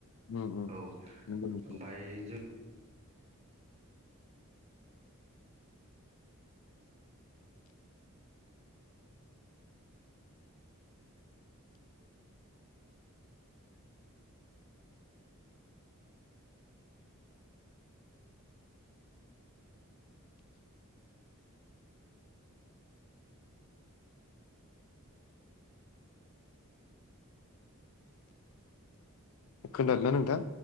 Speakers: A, on the left; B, on the right.
A: नंगौ
B: औ
A: नंगौ
B: ओमबाय जों
A: खोनादोंना नोंथां?